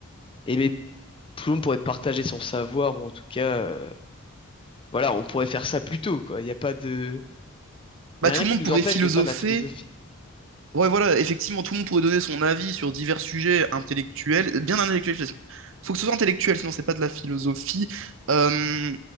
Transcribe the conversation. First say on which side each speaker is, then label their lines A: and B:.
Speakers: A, on the left; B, on the right.
A: aimer tout le monde pourrait partager son savoir ou en tout cas, euh, voilà, on pourrait faire ça plus tôt, quoi. Il n'y a pas de, il
B: Bah,
A: y a
B: tout
A: rien
B: le
A: qui
B: monde
A: nous
B: pourrait
A: empêche
B: philosopher,
A: de faire de la philosophie.
B: Ouais, voilà, effectivement, tout le monde pourrait donner son avis sur divers sujets intellectuels, bien intellectuels. je- Faut que ce soit intellectuel, sinon c'est pas de la philosophie. Euh,